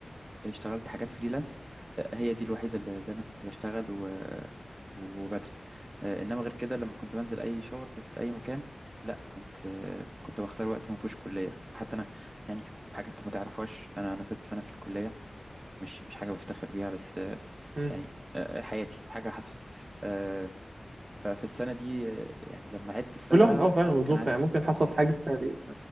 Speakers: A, on the right (about 25°); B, on the right (about 65°).
A: اشتغلت حاجات فريلانس آه، هي دي الوحيدة اللي اللي انا كنت بشتغل و... وبدرس آه، انما غير كده لما كنت بنزل اي شغل في اي مكان لا كنت آه، كنت بختار وقت ما فيهوش كلية حتى انا يعني حاجة انت ما تعرفهاش انا انا ست سنة في الكلية مش مش حاجة بفتخر بيها بس آه،
B: مم.
A: يعني آه، حياتي حاجة حصلت آه، ففي السنة دي آه، يعني لما عدت السنة
B: كل
A: بقى
B: واحد اه فعلا وظروفه
A: كان عندي
B: يعني ممكن حصل حاجه في السنه دي